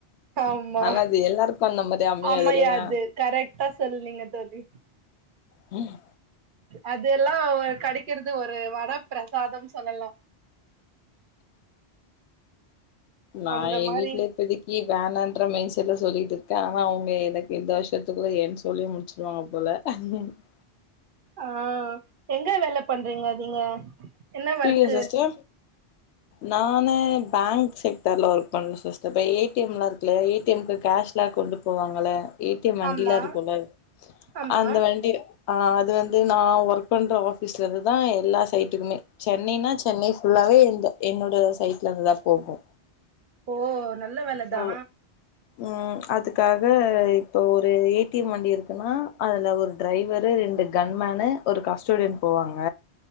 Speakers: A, on the right; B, on the left.
A: ஆமா
B: ஆனா அது எல்லாருக்கு அந்த மாரி அமையாது
A: ஆமா
B: இல்லையா
A: அது கரெக்ட்டா சொல்னீங்க தோழி
B: ம்
A: அது எல்லா கெடக்கிறது ஒரு வரப் ப்ரசாதம் சொல்லலா
B: நா
A: அந்த
B: ஏ
A: மாரி
B: வீட்ல இப்போதி இ வேணான்ற மெயின் செட்ல சொல்லிட்டு இருக்க ஆனா அவங்க எனக்கு இந்த வருஷத்துக்குள்ளே என் சொல்லிய முடிச்சுடுவாங்க போல <unintelligible>
A: ஆ எங்க வேல பண்றீங்க நீங்க என்ன
B: புரியல
A: ஒர்க்கு
B: சிஸ்டர் நானு பேங்க் செக்டர்ல ஒர்க் பண்றோ சிஸ்டர் இத ஏ டி எம்லா இருக்குல்ல ஏ டி எம்க்கு கேஷ்லா கொண்டுப் போவாங்கள ஏ டி எம் வண்டிலா
A: ஆமா
B: இருக்குல
A: ஆமா
B: அந்த வண்டி ஆ அது வந்து நா ஒர்க் பண்ற ஆஃபீஸ்ல இருந்துதா எல்லா சைட்டுக்குமே சென்னைனா சென்னை ஃபுல்லாவே எந்த என்னோட சைட்ல இருந்துதா போகு
A: ஓ நல்ல வேலதா
B: சோ ம் அதுக்காக இப்போ ஒரு ஏ டி எம் வண்டி இருக்குன்னா அதுல ஒரு டிரைவரு ரெண்டு கன்மேன்னு ஒரு கஸ்டோடியன் போவாங்க